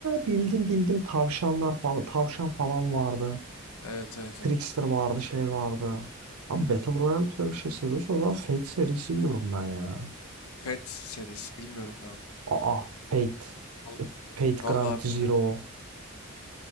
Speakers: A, on the right; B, on the left.
A: bildim bildim tavşanlar falan. Tavşan falan vardı.
B: Evet evet o.
A: Trickster vardı şey vardı. Abi Battle Royale türü bir şey seviyorsan o zaman Fate serisi diyorum ben ya.
B: Pet serisi. Bilmiyorum ben onu.
A: Aa Fate.
B: Vallahi,
A: Fate
B: vallahi
A: Grand Zero.
B: bilmiyorum.